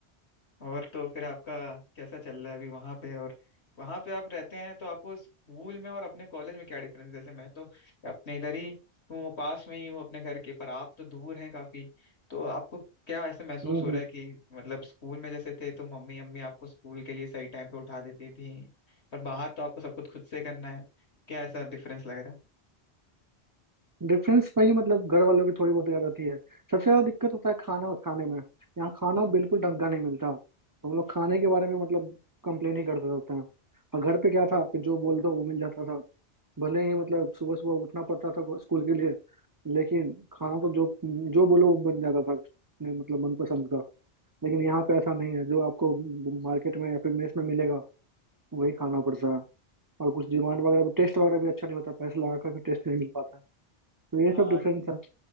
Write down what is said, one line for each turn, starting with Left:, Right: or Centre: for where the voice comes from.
Left: और तो फिर आपका कैसा चल रहा है अभी वहां पे और वहां पे आप रहते हैं तो आपको स्कूल में और अपने कॉलेज में क्या डिफरेंस है जैसे मैं तो अपने इधर ही हूँ पास में ही हूँ अपने घर के पर आप तो दूर हैं काफी तो आपको क्या ऐसे महसूस
Right: हम्म,
Left: हो
Right: हम्म,
Left: रहा है कि मतलब स्कूल में जैसे थे तो मम्मी अम्मी आपको स्कूल के लिए सही टाइम पे उठा देती थी पर बाहर तो आपको सब कुछ खुद से करना है क्या ऐसा डिफरेंस लग रहा
Right: डिफरेंस वही मतलब घर वालों की थोड़ी बहुत ज्यादा होती है सबसे ज्यादा दिक्कत होता है खाना खाने में यहाँ खाना बिल्कुल ढंग का नहीं मिलता तो हम लोग खाने के बारे में मतलब कंप्लेन ही करते रहते हैं और घर पे क्या था कि जो बोल दो वो मिल जाता था भले ही मतलब सुबह सुबह उठना पड़ता था स्कूल के लिए लेकिन खाना तो जो जो बोलो वो बन जाता था अपने मतलब मनपसंद का लेकिन यहाँ पे ऐसा नहीं है जो आपको मार्केट में या फिर मेस में मिलेगा वही खाना पड़ता है और कुछ डिमांड वगैरह भी टेस्ट वगैरह भी अच्छा नहीं होता पैसे लगा कर भी टेस्ट नहीं मिल पाता है तो ये
Left: है
Right: सब डिफरेंस है